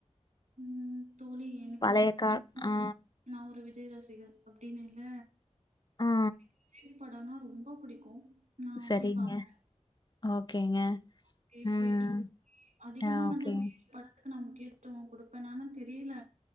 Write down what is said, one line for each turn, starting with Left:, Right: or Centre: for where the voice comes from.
Right: ம் தோழி எனக்கு
Left: பழைய
Right: <unintelligible>
Left: கா ஆ
Right: நான் ஒரு விட் விஜய் ரசிகர் அப்படின்னல்ல
Left: ஆ
Right: விஜய் படம்னா ரொம்ப பிடிக்கும் நான்
Left: சரிங்க.
Right: போய் பாப்பே
Left: ஓகேங்க
Right: அப்டியே
Left: ம்.
Right: போயிட்டு இருக்கு அதிகமா
Left: ஆ ஓகேங்க.
Right: வந்து வேறு பட க்கு நான் முக்கியத்துவம் கொடுப்பேன்னான்னு தெரியல